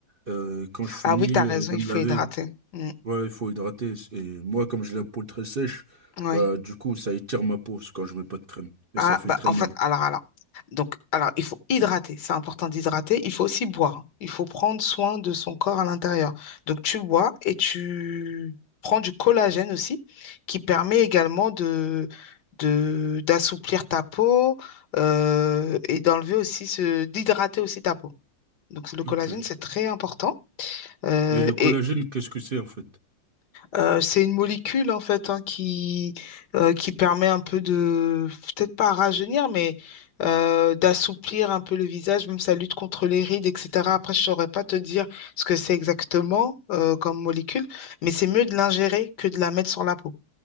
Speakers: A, on the right; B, on the left.
A: euh, quand je finis
B: Ah oui, t'as
A: euh,
B: raison,
A: de
B: il
A: me
B: faut
A: laver
B: hydrater. Mm,
A: Ouais, il faut hydrater. Et moi, comme j'ai la peau très sèche,
B: oui.
A: bah, du coup, ça étire ma peau c'est quand je mets pas de crème. Et
B: Ah,
A: ça fait
B: bah,
A: très
B: en
A: mal.
B: fait, alors, alors. Donc, alors, il faut hydrater. C'est important d'hydrater. Il faut aussi boire. Il faut prendre soin de son corps à l'intérieur. Donc, tu bois et tu prends du collagène aussi, qui permet également de, de, d'assouplir ta peau, euh, et d'enlever aussi ce, d'hydrater aussi ta peau. Donc, le collagène,
A: Ok.
B: c'est très important. Euh,
A: Mais le collagène,
B: et,
A: qu'est-ce que c'est, en fait?
B: Euh, c'est une molécule en fait hein, qui, euh, qui permet un peu de, peut-être pas à rajeunir, mais euh, d'assouplir un peu le visage, même ça lutte contre les rides, etc. Après, je saurais pas te dire ce que c'est exactement euh, comme molécule, mais c'est mieux de l'ingérer que de la mettre sur la peau.